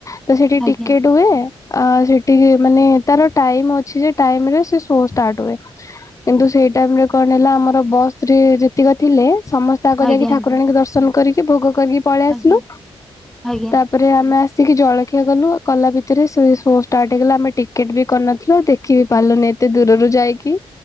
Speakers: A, on the left; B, in the centre.
A: ତ ସେଠି
B: ଆଜ୍ଞା
A: ଟିକେଟ ହୁଏ। ଆ ସେଠିକି ମାନେ ତାର ଟାଇମ୍ ଅଛି ଯେ ଟାଇମ୍ ରେ ସେ ଶୋ ଷ୍ଟାର୍ଟ ହୁଏ। କିନ୍ତୁ ସେଇ ଟାଇମ୍ ରେ କଣ ହେଲା ଆମର ବସ୍ ରେ ଯେତିକ ଥିଲେ। ସମସ୍ତେ ଆଗ
B: ଆଜ୍ଞା
A: ଯାଇକି ଠାକୁରାଣୀ
B: ଆଜ୍ଞା
A: କୁ ଦର୍ଶନ କରିକି ଭୋଗ କରିକି ପଳେଇ
B: ଆଜ୍ଞା
A: ଆସିଲୁ
B: ଆଜ୍ଞା
A: ତା ପରେ ଆମେ ଆସିକି ଜଳଖିଆ ଗଲୁ କଲା ଭିତରେ ସେ ସୋ ଷ୍ଟାର୍ଟ ହେଇଗଲା ଆମେ ଟିକେଟ ବି କରି ନ ଥିଲୁ। ଦେଖିବ ବି ପାରିଲୁନି ଏତେ ଦୂରରୁ ଯାଇକି।